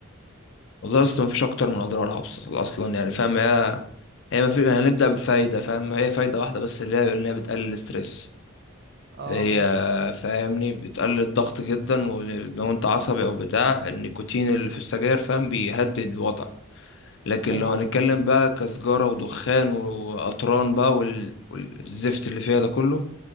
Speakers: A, on the left; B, on the right.
A: والله لسه مفيش اكتر من اضرارها بص- اصلا يعني فاهم هي هي ما في هنبدا بفايده فاهم هي فايده واحده بس اللي هي ان هي بتقلل الستريس
B: اه
A: هي
B: ماشي
A: فاهمني بتقلل الضغط جدا ولو انت عصبي او بتاع النيكوتين اللي في السجاير فاهم بيهدد الوضع لكن
B: ايوه
A: لو هنتكلم بقى كسجارة ودخان وقطران بقى وال... والزفت اللي فيها ده كله